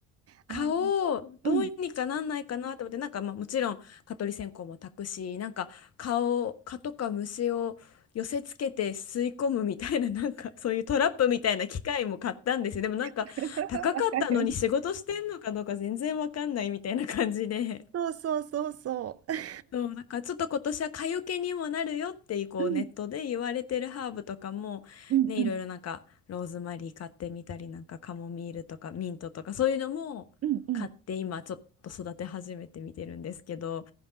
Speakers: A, on the right (about 45°); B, on the left (about 45°).
A: あ、
B: 蚊をどうにかなんないかなと思って、
A: うん。
B: なんか、まあ、もちろん、蚊取り線香も焚くし、なんか、蚊を、蚊とか虫を寄せつけて吸い込むみたいな、<laughs> なんか、そういうトラップみたいな機械も買ったんですよ。でも、なんか、
A: <laughs> うんわ
B: 高かったのに仕事してんのかどうか全然わかんないみたいな感じで。
A: かる。そう、そうそうそうそ
B: そう、なんからちょっと今年は蚊よけにもなるよってこうネットで言われてるハーブとかもね、
A: う。うんうんうん
B: いろいろなんかローズマリー買ってみたりなんかカモミールとかミントとかそういうのも買って今ちょっと育て始めてみてるんですけど、
A: うんうん。